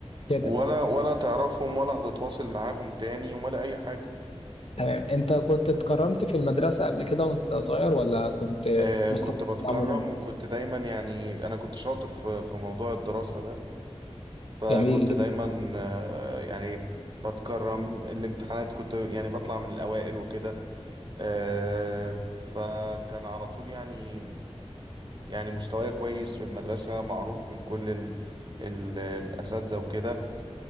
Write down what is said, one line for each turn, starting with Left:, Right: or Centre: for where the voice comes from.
Left: كده
Right: ولا ولا تعرفهم ولا هتتواصل معاهم تاني ولا اي حاجة
Left: تمام انت كنت اتكرمت في المدرسة قبل كده وانت صغير ولا كنت
Right: آه
Left: مستوى
Right: كنت بتكرم
Left: عموما
Right: وكنت دايما يعني أنا كنت شاطر في في موضوع الدراسة ده فكنت
Left: جميل جدا
Right: دايما آه يعني بتكرم الامتحانات كنت يعني بطلع من الأوائل وكده آه فكان على طول يعني يعني مستواي كويس في المدرسة معروف من كل ال ال الأساتذة وكده